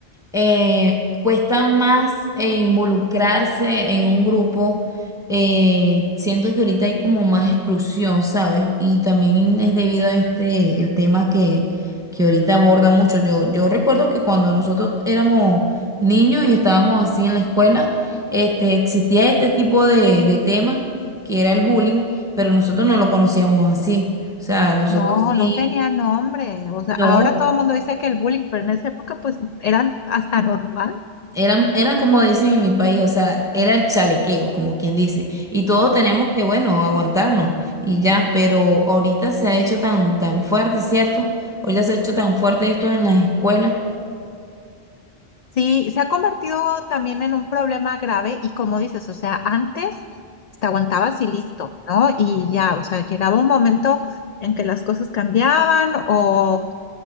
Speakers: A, in the centre; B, on the left.
A: eh, cuesta más eh, involucrarse en un grupo. eh, siento que ahorita hay como más exclusión, ¿sabes? Y también es debido a este, el tema que, que ahorita aborda mucho. Yo, yo recuerdo que cuando nosotros éramos niños y estábamos así en la escuela, este, existía este tipo de, de temas que era el bullying, pero nosotros no lo conocíamos así. O sea, nosotros
B: No,
A: sí.
B: no tenía nombre. O sea,
A: No,
B: ahora todo el mundo dice que el bullying, pero en esa época pues eran hasta normal.
A: Eran, eran como dicen en mi país, o sea, era el chalequeo, como quien dice. Y todos tenemos que, bueno, aguantarnos y ya, pero ahorita se ha hecho tan, tan fuerte, ¿cierto? Ahorita se ha hecho tan fuerte esto en las escuelas.
B: Sí, se ha convertido también en un problema grave y como dices, o sea, antes te aguantabas y listo, ¿no? Y ya, o sea, llegaba un momento en que las cosas cambiaban o